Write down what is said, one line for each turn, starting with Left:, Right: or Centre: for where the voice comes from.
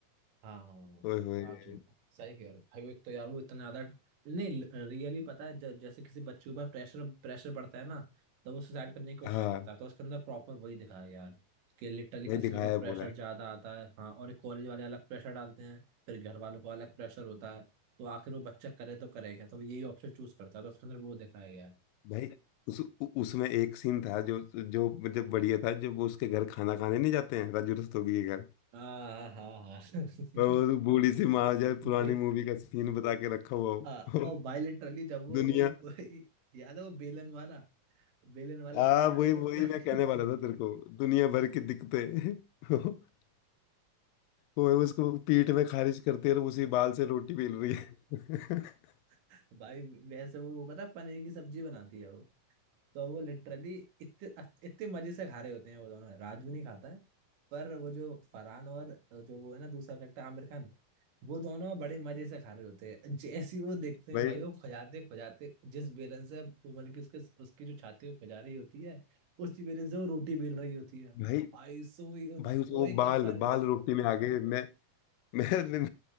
Right: हाँ
Left: ओए होए
Right: रात में सही कह रहे हो भाई वो एक तो यार वो इतना ज्यादा नहीं रियली पता है ज- जैसे किसी बच्चे के ऊपर प्रेशर प्रेशर बढ़ता है ना तो वो सुसाइड करने की कोशिश
Left: हाँ
Right: करता है तो उसके अंदर प्रॉपर वही दिखाया गया है कि लिटरली
Left: भाई
Right: किसी
Left: दिखाया
Right: के ऊपर
Left: है
Right: प्रेशर
Left: पूरा
Right: ज्यादा आता है हाँ और एक कॉलेज वाले अलग प्रेशर डालते हैं फिर घर वालों का अलग प्रेशर होता है तो आखिर वो बच्चा करे तो करे क्या तो वो यही ऑप्शन चूज करता है तो उसके अंदर वो दिखाया गया है
Left: भाई उस उ- उसमें एक सीन था जो जो मतलब बढ़िया था जब वो उसके घर खाना खाने नहीं जाते हैं राजू रस्तोगी के घर
Right: हाँ हाँ हाँ <laughs>
Left: और वो बूढ़ी सी माँ जो है, पुरानी
Right: बे-
Left: मूवी का सीन बता के रखा हुआ हो
Right: हाँ और भाई लिटरली
Left: <laughs>
Right: जब वो
Left: दुनिया
Right: वो वो- याद है वो बेलन वाला बेलन वाला
Left: आ
Right: सीन याद
Left: वही
Right: है
Left: वही
Right: तुम्हें
Left: मैं कहने वाला था तेरे को दुनिया भर की दिक्कतें <laughs> वो उसको पीठ में खारिज करते हैं और उसी बाल से रोटी बेल रही है <laughs>
Right: <laughs> भाई वैसे वो वो पता है, पनीर की सब्जी बनाती है वो तो वो लिटरली इतने इतने मजे से खा रहे होते हैं वो दोनों राजू नहीं खाता है पर वो जो फरहान और जो वो है ना दूसरा करेक्टर आमिर खान वो दोनों बड़े मजे से खा रहे होते हैं जैसे ही वो देखते हैं
Left: भाई
Right: भाई वो खुजाते खुजाते जिस बेलन से वो मतलब कि उसके उसकी जो छाती वो खुजा रही होती है उसी बेलन से वो रोटी बेल रही होती है
Left: भाई
Right: भाई सो ही उन-
Left: भाई उसको
Right: वो
Left: वो
Right: एक
Left: बाल
Right: कस्सा नहीं
Left: बाल
Right: बस
Left: रोटी में आ गए मैं मैं मैं,